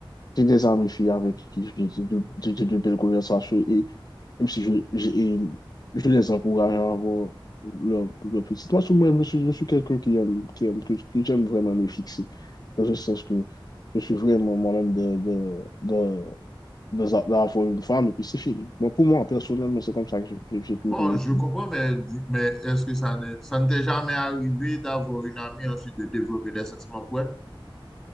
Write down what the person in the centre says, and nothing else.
Bon,
je comprends, mais, mais est-ce que ça ne, ça ne t'est jamais arrivé d'avoir une amie ensuite de développer des sentiments pour elle?